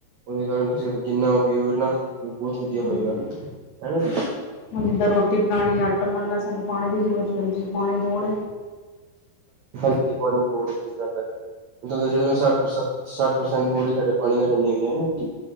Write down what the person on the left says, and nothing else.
ਹਮ
ਹੁਣ ਜਿੱਦਾਂ ਰੋਟੀ ਬਣਾਣੀ ਆਟਾ ਮਲਣਾ, ਸਾਨੂੰ ਪਾਣੀ ਦੀ ਜ਼ਰੂਰਤ ਪੈਂਦੀ ਹੈ ਪਾਣੀ ਲੋੜ